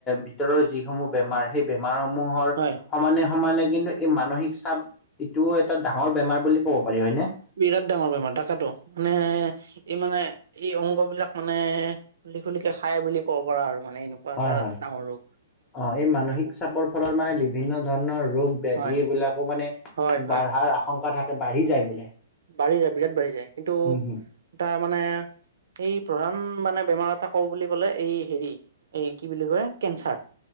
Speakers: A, on the left; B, on the right.
A: ভিতৰৰ যিসমূহ বেমাৰ সেই বেমাৰ সমূহৰ
B: হয়
A: সমানে-সমানে কিন্তু এই মানসিক চাপ ইটোও এটা ডাঙৰ বেমাৰ বুলি ক'ব পাৰি হয়নে?
B: বিৰাট ডাঙৰ বেমাৰ তাকে ত মানে ই মানে ই অংগ বিলাক মানে খুলি খুলিকে খাই বুলি ক'ব পাৰা আৰু মানে এনেকুৱা
A: হয়
B: এটা
A: হয়
B: ডাঙৰ ৰোগ
A: অ এই মানসিক
B: মানে
A: চাপৰ ফলত মানে বিভিন্ন ধৰণৰ ৰোগ ব্যাধি
B: হয়
A: এইবিলাকো মানে বাঢ়াৰ
B: হয় হয়
A: আশংকা থাকে বাঢ়ি যায় বোলে।
B: বাঢ়ি যায় বিৰাট বাঢ়ি যায় কিন্তু
A: উম হম
B: এটা মানে এই প্ৰধান মানে বেমাৰ এটা কওঁ বুলি ক'লে এই হেৰি এই কি বুলি কয় কেঞ্চাৰ